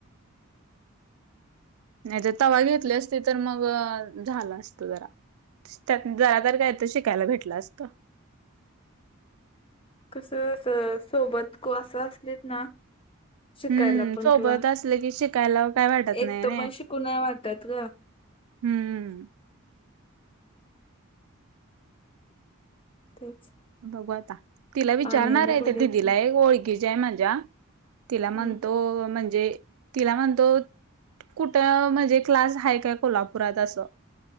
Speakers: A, on the right; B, on the left.
A: नाही तर तवा घेतले असते तर मग झाला असत जरा. त्यातंन जरा तर काय तर शिकायला भेटलं असतं.
B: कसं अस सोबत कोण असं असलीत ना शिकायला
A: हम्म
B: पण
A: सोबत
B: किंवा
A: असले कि शिकायला काय वाटत
B: एकटं
A: नाही ना
B: पण शिकू नाही वाटत ग
A: हम्म
B: तेच
A: बघू आता तिला विचारणार
B: पाणी आणि
A: आहे
B: कधी
A: त्या दिदीला
B: येतं
A: एक ओळखीच्या आहे माझ्या. तिला म्हणतो
B: हम्म
A: म्हणजे तिला म्हणतो कुठं म्हणजे क्लास आहे काय कोल्हापुरात असं.